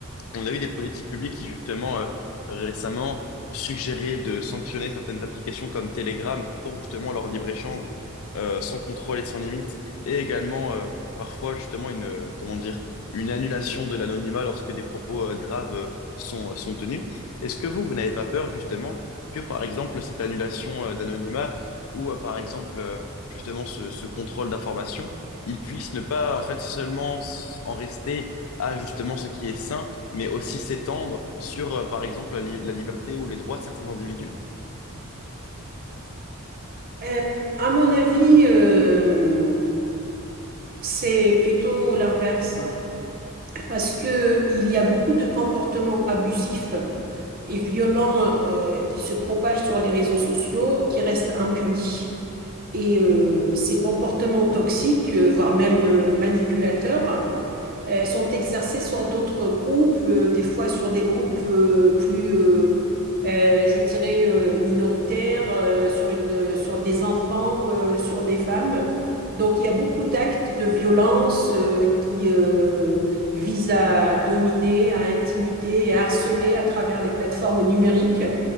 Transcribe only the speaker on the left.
On a eu des politiques publiques qui, justement, euh, récemment, suggéraient de sanctionner certaines applications comme Telegram pour, justement, leur libre-échange euh, sans contrôle et sans limite. Et également, euh, parfois, justement, une, euh, comment dire, une annulation de l'anonymat lorsque des propos euh, graves euh, sont, euh, sont tenus. Est-ce que vous, vous n'avez pas peur, justement, que, par exemple, cette annulation euh, d'anonymat ou, euh, par exemple, euh, justement, ce, ce contrôle d'information, il puisse ne pas, en fait, seulement s- en rester à justement ce qui est sain, mais aussi s'étendre sur, euh, par exemple, la, li- la liberté ou les droits de certains individus.